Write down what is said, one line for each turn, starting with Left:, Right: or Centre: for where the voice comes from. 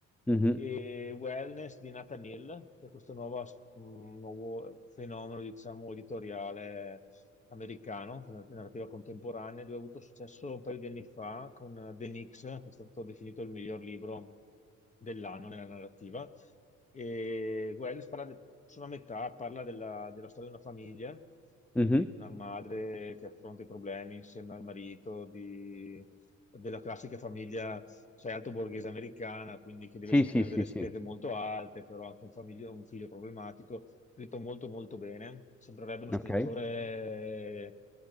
Centre: Mhm,
Left: e Wellness di Nathaniel, che è questo nuovo, as- mh, nuovo fenomeno, diciamo, editoriale americano, di narrativa contemporanea. Lui ha avuto successo un paio di anni fa con eh, The Nix, che è stato definito il miglior libro dell'anno nella narrativa. E Wells parla de- sono a metà, parla della, della storia di una famiglia, quindi
Centre: mhm.
Left: di una madre che affronta i problemi insieme al marito, di della classica famiglia, sai, alto borghese americana, quindi che deve
Centre: Sì,
Left: sostenere
Centre: sì, sì,
Left: delle
Centre: sì,
Left: spese molto alte, però anche un, famiglia- un figlio problematico, scritto molto molto bene, sembrerebbe uno scrittore
Centre: ok.